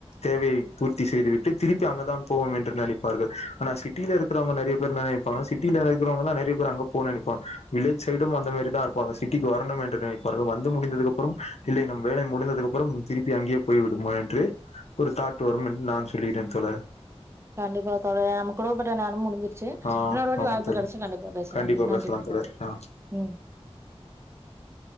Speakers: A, on the left (about 85°); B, on the right (about 25°).
A: தேவை பூர்த்தி செய்துவிட்டு திருப்பி அங்கதான் போவோம் என்று நினைப்பார்கள் ஆனா சிட்டியில இருக்கிறவங்க நறைய பேர் என்ன நினை பாங்க சிட்டில இருக்கிறவங்க தா நறைய பேர் அங்க போ நெனைப்பாங்க வில்லஜ் சைடும் அந்த மாரிதா இருப்பாங்க சிட்டிக்கு வரணும் என்று நினை ப்பார்கள் வந்து முடிந்ததுக்கப்றம் இல்லை நம் வேலை முடிந்ததுக்கப்றம் திருப்பி அங்கே போய் விடுமா என்று ஒரு தாட் வரும் என்று நான் சொல்லுகிறேன் தோழர்
B: கண்டிப்பா தோழர் நமக்கு குடுக்கப்பட்ட நேரம் முடிஞ்சு ச்சு
A: ஆ
B: இன்னொரு வாட்டி
A: ஆமா
B: வாய்ப்பு
A: தோழர்
B: கெடைச்சா கண்டிப்பா பேசலாங்
A: கண்டிப்பா
B: நன்றிங்
A: பேசலாம்
B: தோழர்
A: ஆ
B: ம் <inaudible>